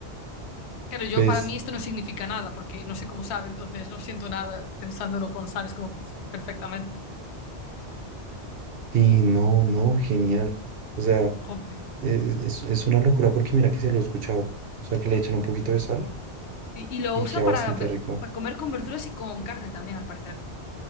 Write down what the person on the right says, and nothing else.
pues
sí, no, no, genial. O sea,
es, es es una locura porque mira que se lo he escuchado. O sea, que le echan un poquito de sal
y
queda
bastante
rico.